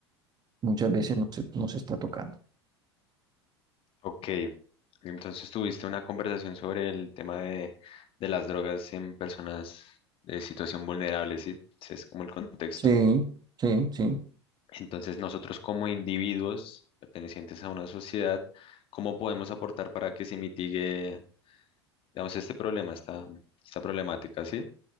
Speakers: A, on the right; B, on the left.
A: muchas veces no se, no se está tocando.
B: Ok, entonces tuviste una conversación sobre el tema de, de las drogas en personas de situación vulnerable, ¿sí? Ese es como el contexto.
A: Sí, sí, sí,
B: Entonces nosotros como individuos pertenecientes a una sociedad, ¿cómo podemos aportar para que se mitigue, digamos, este problema, esta, esta problemática, ¿sí?